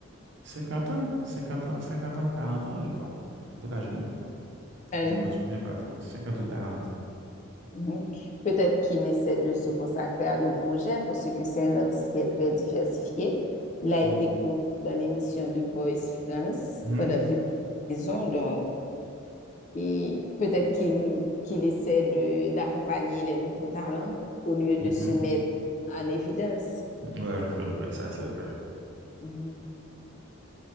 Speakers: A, on the right; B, on the left.
A: 50 ans, 50 ans, 50 ans ou 40 ans, je crois. En tout cas, je me,
B: And
A: je m'en souviens pas trop. cinquante ou quarante
B: Mhm. Peut-être qu'il essaie de se consacrer à d'autres projets parce que c'est un artiste qui est très diversifié. Il a
A: Oui.
B: été coach dans l'émission de Voice France
A: Mhm,
B: pendant plusieurs saisons, donc et peut-être qu'il qu'il essaie de d'accompagner les nouveaux talents au lieu de
A: mhm.
B: se mettre en évidence.
A: Ouais, c'est vrai, ça c'est vrai.
B: Mhm.